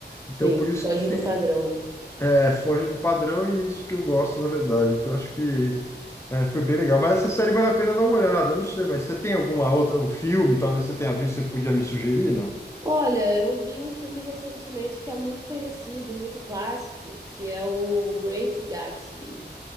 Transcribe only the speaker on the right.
Sim,
foge
do padrão, né?
Olha, eu vi um filme recentemente que é muito conhecido, muito clássico, que é o Great Gatsby.